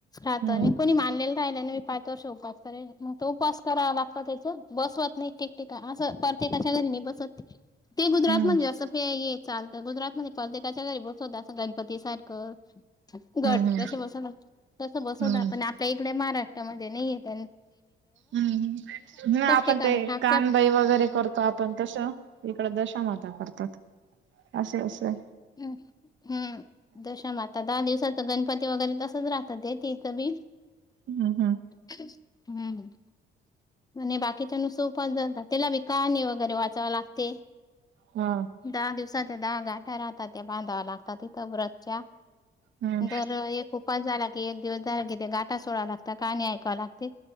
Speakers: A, on the left; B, on the right.
A: राहत
B: हम्म
A: आणि कोणी मानलेलं राहिलेलं मी पाच वर्ष उपवास करेन मग तो उपवास करावा लागतो त्याच बसवत नाही ठीक ठीका असं प्रत्येकाच्या घरी नाही बसत ते गुजरात
B: हम्म
A: म्हणजे असं ते हे चाल तर गुजरात मध्ये प्रत्येकाच्या घरी बसवत असं गणपती सारखं घट
B: हम्म
A: कसे बसवतात तसं बसवतात
B: हम्म
A: पण आपल्या इकडे महाराष्ट्रामध्ये नाही हे त्यां
B: हम्म ना आपण
A: ठिकाणी
B: ते
A: आमच्या
B: कानबाई वगैरे करतो आप पण तसं इकडं दशामाता करतात असं असं
A: हं हम्म दशामाता दहा दिवसात गणपती वगैरे तसंच रहात ते तिथं बी
B: हम् हम्
A: हम्म आणि बाकीच्या नुसतं उपवास धरतात त्याला बी कहाणी वगैरे वाचाव लागते
B: हा
A: दहा दिवसाच्या दहा गाठा राहतात त्या बांधाव लागतात तिथं व्रतच्या
B: हम्म
A: दर एक उपवास झाला की एक दिवस झाला कि ते गाटा सोडव लाग कहाणी ऐकाव लागते